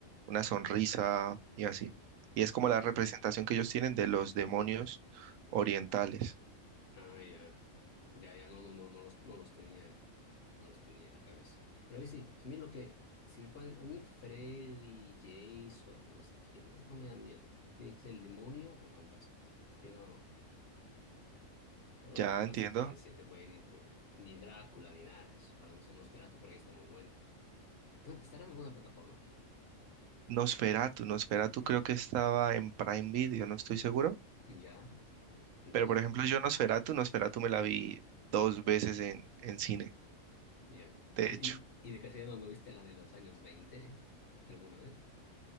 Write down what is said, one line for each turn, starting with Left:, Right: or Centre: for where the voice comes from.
Right: una sonrisa y así. Y es como
Left: mm,
Right: la representación que ellos tienen de los demonios orientales.
Left: Ah, ya. Ya, ya, no, no, no, no los, no los tenía, no los tenía en la cabeza. Pero a mí sí, a mí lo que, si me ponen, a mí Freddy, Jason, no sé quién es, no me da miedo. Tiene que ser el demonio o fantasmas. Sí, no, no. Todos
Right: Ya
Left: los demás
Right: entiendo.
Left: se pueden, se, se pueden ir por ni Drácula ni nada de eso. Ahora no sé, Nosferatu por ahí está muy buena. ¿Dónde- ¿Estará en alguna plataforma?
Right: Nosferatu, Nosferatu creo que estaba en Prime Video, no estoy seguro.
Left: Ya. eh, Entonces,
Right: Pero por ejemplo,
Left: ah,
Right: yo Nosferatu, Nosferatu me la vi dos veces en, en cine,
Left: ya.
Right: de
Left: ¿Y,
Right: hecho.
Left: en- y de casualidad no no viste la de los años 20 alguna vez?